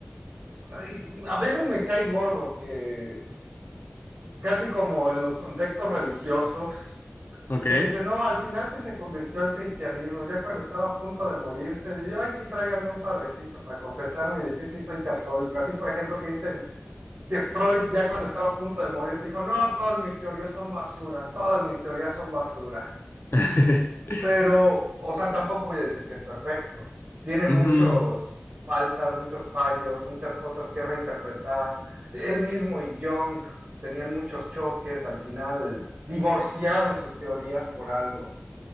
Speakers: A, on the right (about 60°); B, on the left (about 65°).
A: ay, a veces me cae gordo que casi como en los contextos religiosos.
B: Ok.
A: que dice, no, al final sí se convirtió al cristianismo, ya cuando estaba a punto de morirse, y, ay, sí tráiganme un padrecito para confesarme y decir si soy católico. Así, por ejemplo, que dicen que Freud, ya cuando estaba a punto de morir, dijo, no, todas mis teorías son basura, todas mis teorías son basura.
B: <laughs>
A: Pero, o sea, tampoco voy a decir que es perfecto. Tiene muchos
B: Ujú,
A: faltas, muchos fallos, muchas cosas que reinterpretar. Él mismo y Jung tenían muchos choques, al final divorciaron sus teorías por algo